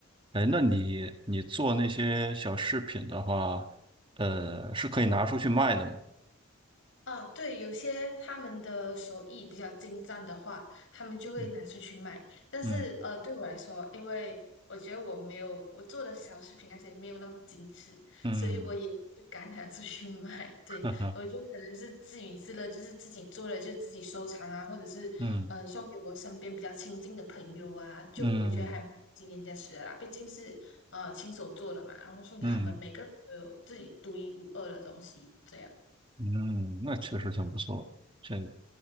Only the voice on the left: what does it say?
啊，对，有些他们的手艺比较精湛的话，他们就会拿出去卖。
但是，
呃，对我来说，因为我觉得我没有我做的小饰品那些没有那么精致，
所以我也不敢拿出去卖。
对，
我就可能是自娱自乐，就是自己做了就自己收藏啊，或者是嗯、
呃送给我身边比较亲近的朋友啊，就我觉得还蛮纪念价值的啦。
毕竟是呃亲手做的嘛，然后送给他们，
每个人都有自己独一无二的东西，这样。